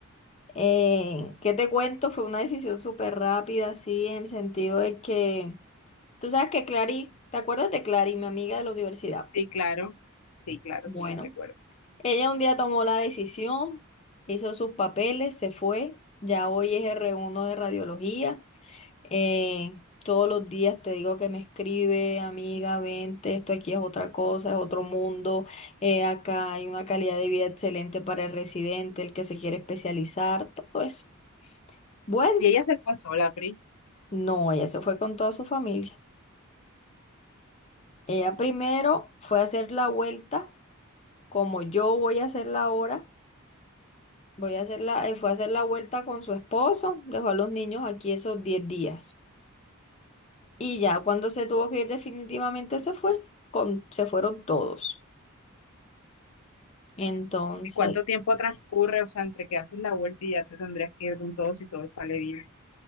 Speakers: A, on the left (about 30°); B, on the left (about 85°).
A: Eh, ¿qué te cuento? Fue una decisión súper rápida, sí, en el sentido de que, tú sabes que Clary, ¿te acuerdas de Clary, mi amiga de la universidad?
B: Sí, claro. Sí, claro,
A: Bueno,
B: sí la recuerdo.
A: Ella un día tomó la decisión, hizo sus papeles, se fue. Ya hoy es R1 de radiología. Eh, todos los días te digo que me escribe, amiga, vente, esto aquí es otra cosa, es otro mundo. eh, acá hay una calidad de vida excelente para el residente, el que se quiere especializar, todo eso. Bueno,
B: Y ella se fue sola, Pri.
A: no, ella se fue con toda su familia. Ella primero fue a hacer la vuelta, como yo voy a hacerla ahora Voy a hacer la, eh, fue a hacer la vuelta con su esposo, dejó a los niños aquí esos 10 días. Y ya cuando se tuvo que ir definitivamente se fue, con, se fueron todos. Entonces,
B: ¿Y cuánto tiempo transcurre? O sea, entre que haces la vuelta y ya te tendrías que ir de un todo si todo sale bien.